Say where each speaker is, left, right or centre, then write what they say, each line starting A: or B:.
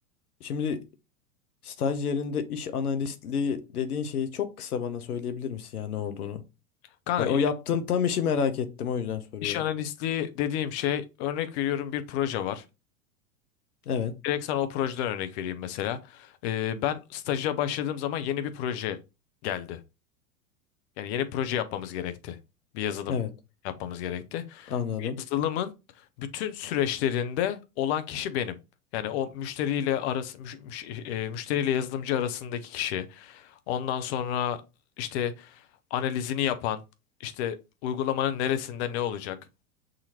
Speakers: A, on the left; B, on the left.
A: şimdi staj yerinde iş analistliği dediğin şeyi çok kısa bana söyleyebilir misin ya ne olduğunu?
B: Kanka
A: Ha,
B: iş,
A: o yaptığın tam işi merak ettim, o yüzden soruyorum.
B: iş analistliği dediğim şey örnek veriyorum bir proje var.
A: Evet.
B: Direkt sana o projeden örnek vereyim mesela. Ee, ben staja başladığım zaman yeni bir proje geldi. Yani yeni proje yapmamız gerekti. Bir yazılım
A: Evet,
B: yapmamız gerekti.
A: anladım.
B: Bu yazılımın bütün süreçlerinde olan kişi benim. Yani o müşteriyle arası müş- müş- e, müşteriyle yazılımcı arasındaki kişi. Ondan sonra işte analizini yapan, işte uygulamanın neresinde ne olacak,